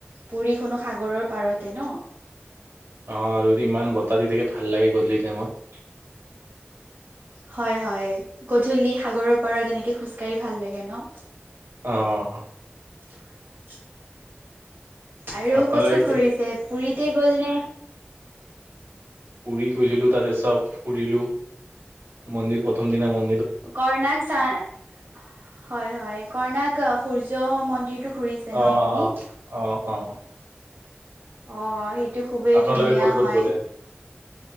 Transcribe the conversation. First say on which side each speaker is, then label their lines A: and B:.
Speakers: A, on the right; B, on the right.
A: পুৰিখনো সাগৰৰ পাৰতে ন'।
B: অ', আৰু ইমান বতাহ দি থাকে ভাল লাগে গধূলি টাইমত।
A: হয়, হয়, গধূলি সাগৰৰ পাৰত তেনেকে খোজকাঢ়ি ভাল লাগে ন'।
B: অ'।
A: <inaudible> আৰু
B: আপোনালোকে
A: ক'ত ক'ত ঘূৰিছে? পুৰীতে গ'ল নে?
B: পুৰি গৈছিলোঁ তাতে চব ফুৰিলো মন্দিৰ প্ৰথম দিনা ম
A: কৰ্ণাক চা হয়, হয় কৰ্ণাক সূৰ্য মন্দিৰটো ফুৰিছে
B: অ
A: ন' আপুনি?
B: অ অ অ
A: অ', সেইটো খুবেই
B: আপোনালোকে
A: ধুনীয়া
B: ক'ত ক'ত
A: হয়।
B: গ'লে?